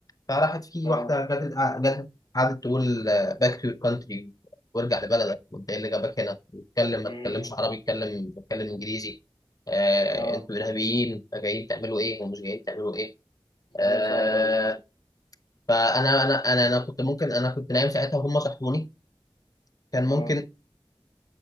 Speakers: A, on the left; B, on the left.
A: فراحت في
B: اه
A: واحدة جت جت قعدت تقول باك تو يور كانتري وارجع لبلدك وانت ايه اللي جابك هنا واتكلم ما
B: امم
A: تتكلمش عربي اتكلم اتكلم انجليزي آه
B: اه
A: انتوا ارهابيين جايين تعملوا ايه ومش جايين تعملوا ايه آه
B: ده صعب قوي
A: فانا انا انا انا كنت ممكن انا كنت نايم ساعتها وهم صحوني كان ممكن
B: اه